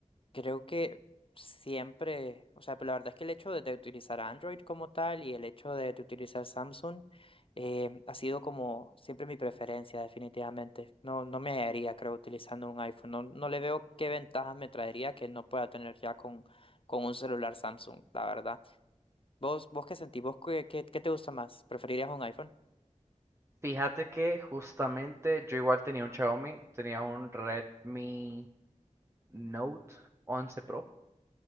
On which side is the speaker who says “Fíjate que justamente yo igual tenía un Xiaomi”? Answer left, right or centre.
Right